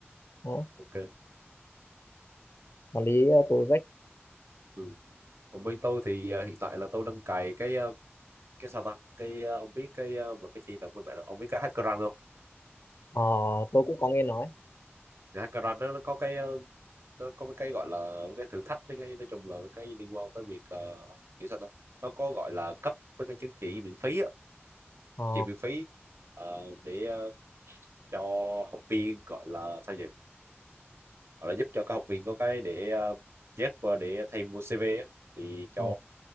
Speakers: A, on the left; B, on the right.
A: đó.
B: ok
A: Quản lý ờ, tổ
B: ừ. còn bên tôi thì ờ, hiện tại là tôi đang cài cái ờ, cái sao ta cái ờ, ông biết cái ờ, một cái chi tập của bạn ông biết cái hackerrank không
A: Ờ, tôi cũng có nghe nói.
B: thì hackerrank nó, nó có cái ờ, nó có một cái gọi là một cái thử thách với cái nói chung là một cái liên quan tới việc ờ, kiểu sao ta nó có gọi là cấp với cái chứng chỉ miễn phí á
A: Ờ,
B: chứng chỉ miễn phí ờ, để ờ, cho học viên gọi là sao nhỉ hoặc là giúp cho các học viên có cái để ờ, chép vào để thay mua CV á, thì cho
A: ừ,